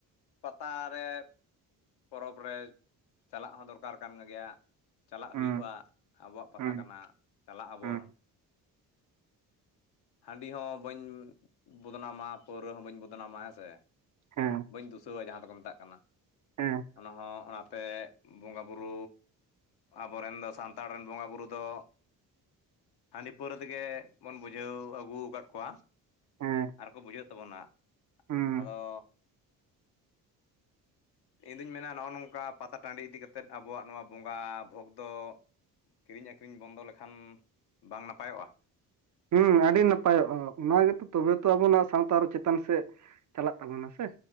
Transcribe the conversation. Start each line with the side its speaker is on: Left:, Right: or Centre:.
Left: ᱯᱟᱛᱟ ᱨᱮ ᱯᱚᱨᱚᱵᱽ ᱨᱮ ᱪᱟᱞᱟᱜ ᱦᱚᱸ ᱫᱚᱨᱠᱟᱨ ᱠᱟᱱ ᱜᱮᱭᱟ ᱪᱟᱞᱟᱜ
Right: ᱦᱮᱸ
Left: ᱦᱩᱭᱩᱜᱼᱟ ᱟᱵᱚᱣᱟᱜ ᱯᱟᱛᱟ
Right: ᱦᱮᱸ
Left: ᱠᱟᱱᱟ ᱪᱟᱞᱟᱜ ᱟᱵᱚᱱ
Right: ᱦᱮᱸ
Left: ᱦᱟᱺᱰᱤ ᱦᱚᱸ ᱵᱟᱹᱧ ᱵᱚᱫᱱᱟᱢᱟ ᱯᱟᱹᱣᱨᱟᱹ ᱦᱚᱸ ᱵᱟᱹᱧ ᱵᱚᱫᱱᱟᱢᱟ ᱦᱮᱸ ᱥᱮ
Right: ᱦᱮᱸ
Left: ᱵᱟᱹᱧ ᱫᱩᱥᱟᱹᱣᱟ ᱡᱟᱦᱟᱸ ᱫᱚᱠᱚ ᱢᱮᱛᱟᱜ ᱠᱟᱱᱟ
Right: ᱦᱮᱸ
Left: ᱚᱱᱟᱦᱚᱸ ᱚᱱᱟᱛᱮ ᱵᱚᱸᱜᱟ ᱵᱩᱨᱩ ᱟᱵᱚᱨᱮᱱ ᱫᱚ ᱥᱟᱱᱛᱟᱲ ᱨᱮᱱ ᱵᱚᱸᱜᱟ ᱵᱩᱨᱩ ᱫᱚᱼᱼ ᱦᱟᱺᱰᱤ ᱯᱟᱹᱣᱨᱟᱹ ᱨᱮᱜᱮ ᱵᱚᱱ ᱵᱩᱡᱷᱟᱹᱣ ᱟᱹᱜᱩᱼᱼ ᱜᱩ ᱠᱟᱫ ᱠᱚᱣᱟ
Right: ᱦᱮᱸ
Left: ᱟᱨᱠᱚ ᱵᱩᱡᱷᱟᱹᱜ ᱛᱟᱵᱚᱱᱟ
Right: ᱦᱮᱸ
Left: ᱟᱫᱚ ᱤᱧᱫᱩᱧ ᱢᱮᱱᱟ ᱱᱚᱜᱼᱚ ᱱᱚᱝᱠᱟ ᱯᱟᱛᱟ ᱴᱟᱺᱰᱤ ᱤᱫᱤ ᱠᱟᱛᱮᱫ ᱟᱵᱚᱣᱟᱜ ᱱᱚᱣᱟ ᱵᱚᱸᱜᱟ ᱵᱷᱳᱜᱽᱫᱚᱼᱼ ᱠᱤᱨᱤᱧ ᱟᱹᱠᱷᱨᱤᱧ ᱵᱚᱱᱫᱚ ᱞᱮᱠᱷᱟᱱ ᱵᱟᱝ ᱱᱟᱯᱟᱭᱚᱜᱼᱟ
Right: ᱦᱮᱸ ᱟᱹᱰᱤ ᱱᱟᱯᱟᱭᱚᱜᱼᱟ ᱚᱱᱟ ᱜᱮᱛᱚ ᱛᱚᱵᱮ ᱛᱚ ᱟᱵᱚ ᱱᱚᱣᱟ ᱥᱟᱶᱛᱟ ᱟᱨᱚ ᱪᱮᱛᱟᱱ ᱥᱮᱫᱼᱼ ᱪᱟᱞᱟᱜ ᱛᱟᱵᱚᱱᱟ ᱥᱮ